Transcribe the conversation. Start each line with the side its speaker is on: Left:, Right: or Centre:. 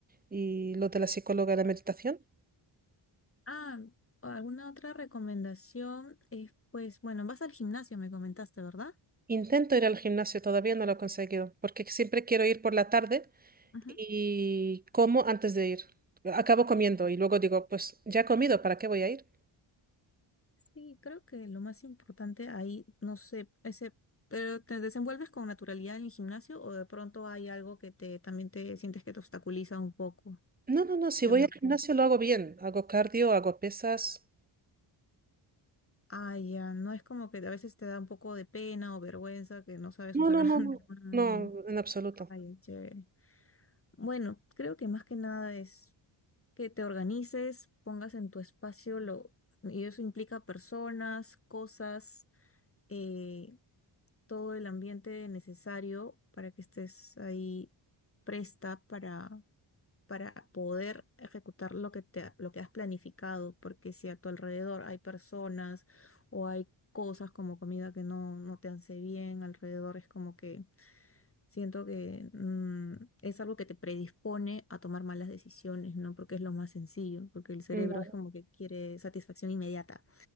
Right: y lo de la psicóloga y la meditación?
Left: Ah, ¿alguna otra recomendación? Es pues, bueno, vas al gimnasio, me comentaste, ¿verdad?
Right: Intento ir al gimnasio, todavía no lo he conseguido, porque siempre quiero ir por la tarde
Left: Ujú.
Right: y como antes de ir. Acabo comiendo y luego digo, pues ya he comido, ¿para qué voy a ir?
Left: Sí, creo que lo más importante ahí, no sé, ese, pero ¿te desenvuelves con naturalidad en el gimnasio o de pronto hay algo que te también te sientes que te obstaculiza un poco,
Right: No, no, no, si
Left: te
Right: voy
Left: bloquea?
Right: al gimnasio lo hago bien, hago cardio, hago pesas.
Left: Ah, ya, no es como que a veces te da un poco de pena o vergüenza que no sabes
Right: No,
Left: usar
Right: no, no,
Left: <laughs> la
Right: no,
Left: máquina.
Right: no, en absoluto.
Left: Ay, ay, chévere. Bueno, creo que más que nada es que te organices, pongas en tu espacio lo, y eso implica personas, cosas. eh, todo el ambiente necesario para que estés ahí presta para, para poder ejecutar lo que te, lo que has planificado, porque si a tu alrededor hay personas o hay cosas como comida que no, no te hace bien, alrededor es como que siento que mm, es algo que te predispone a tomar malas decisiones, ¿no? Porque es lo más sencillo, porque el cerebro
Right: Mm.
Left: es como que quiere satisfacción inmediata.